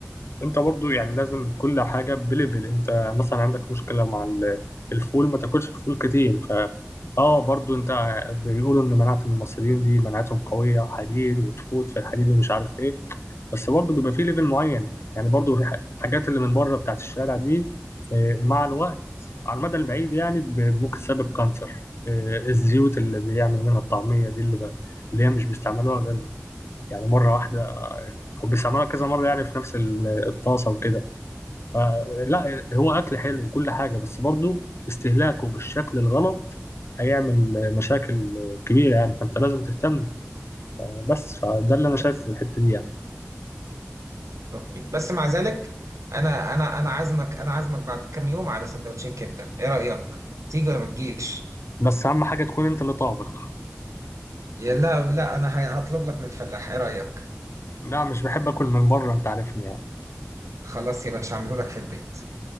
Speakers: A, on the left (about 55°); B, on the right (about 75°).
A: انت برضو يعني لازم كل حاجة بليفل انت مثلا عندك مشكلة مع ال- الفول ما تاكلش فول كتير ف اه برضو انت بيقولوا ان مناعة المصريين دي مناعتهم قوية وحديد وتفوت في الحديد ومش عارف ايه بس برضو بيبقى فيه ليفل معين يعني برضو في ح- حاجات اللي من بره بتاعت الشارع دي اه، مع الوقت على المدى البعيد يعني ب- ممكن تسبب كانسر اه، الزيوت اللي بيعملوا منها الطعمية دي اللي, ب... اللي هي مش بيستعملوها غير يعني مرة واحدة أو بيستعملوها كذا مرة يعني في نفس ال- الطاسة وكده آه لا هو اكل حلو وكل حاجه بس برضه استهلاكه بالشكل الغلط هيعمل مشاكل كبيره يعني فانت لازم تهتم بس فده اللي انا شايفه في الحته دي يعني
B: اوكي بس مع ذلك انا انا انا عازمك انا عازمك بعد كام يوم على سندوتشين كبده ايه رايك تيجي ولا ما تجيش
A: بس اهم حاجه تكون انت اللي طابخ
B: يا لا لا انا ه- هطلب لك من الفلاح ايه رايك
A: لا مش بحب اكل من بره انت عارفني يعني
B: خلاص يا باشا اعمله لك في البيت